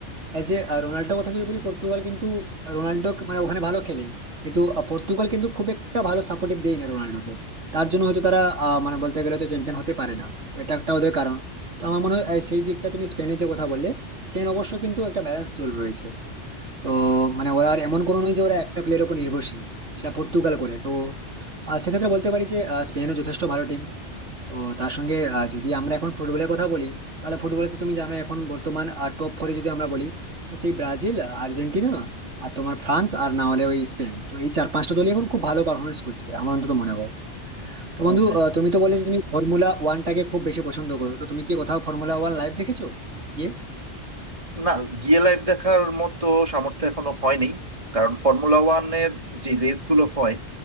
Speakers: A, on the right (about 80°); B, on the right (about 30°).
A: এজ এ রোনাল্ডোর কথা যদি বলি পর্তুগাল কিন্তু রোনাল্ডো মানে ওখানে ভালো খেলে কিন্তু আহ, পর্তুগাল কিন্তু খুব একটা ভালো সাপোর্টিভ দেয় না রোনাল্ডোকে তার জন্য হয়তো তারা আহ, মানে বলতে গেলে তো চ্যাম্পিয়ন হতে পারে না তো এটা একটা ওদের কারণ তো আমার মনে হয় আহ, সেই দিকটা তুমি স্পেনের যে কথা বললে স্পেন অবশ্য কিন্তু একটা ব্যালেন্স দল রয়েছে তো মানে ওরা আর এমন কোনো নয় যে ওরা একটা প্লেয়ারের উপর নির্ভরশীল যেটা পর্তুগাল করে তো আহ, সেক্ষেত্রে বলতে পারি যে আহ, স্পেনও যথেষ্ট ভালো টিম তো তার সঙ্গে আহ, যদি আমরা এখন ফুটবলের কথা বলি তাহলে ফুটবলে তো তুমি জানো এখন বর্তমান টপ ফোরে যদি আমরা বলি তো সেই ব্রাজিল আর্জেন্টিনা আর তোমার ফ্রান্স আর না হলে ওই স্পেন তো এই চার পাঁচটা দলই এখন খুব ভালো পারফরমেন্স করছে আমার অন্তত মনে হয় তো
B: হ্যাঁ
A: বন্ধু
B: হ্যাঁ
A: আহ, তুমি তো বললে যে তুমি ফর্মুলা ওয়ানটাকে খুব বেশি পছন্দ করো তো তুমি কি কোথাও ফর্মুলা ওয়ান লাইভ দেখেছো গিয়ে
B: না গিয়ে লাইভ দেখার মতো সামর্থ্য এখনো হয়নি কারণ ফর্মুলা ওয়ানের যে রেস গুলো হয়